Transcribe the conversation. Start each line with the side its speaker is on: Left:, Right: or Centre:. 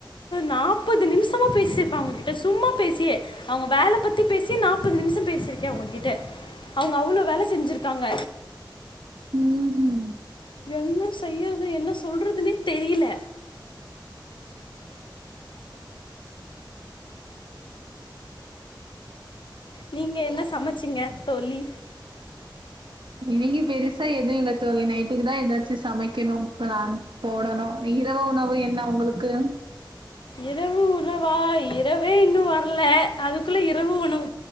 Left: நா ப்பது நிம்சமா பேசிர்ப்ப அவுங்க கிட்ட சும்மா பேசியே அவுங்க வேல பத்தி பேசி நாப்பது நிம்ஸோ பேசிருக்கே அவுங்ககிட்ட அவுங்க அவ்ளோ வேல செஞ்சிருக்காங்க
Right: ம் ம்
Left: என்ன செய்யறது என்ன சொல்றதுன்னே தெரியில நீங்க என்ன சமைச்சிங்க தோழி
Right: இன்னக்கி பெருசா எதும் இல்ல தோழி நைட்டுக்கு தா ஏதாச்சு சமைக்கணும் ப்ளான் போடணு இரவு உணவு என்ன உங்களுக்கு
Left: இரவு உணவா இர வே இன்னு வர்ல அது குள்ள இரவு உணவு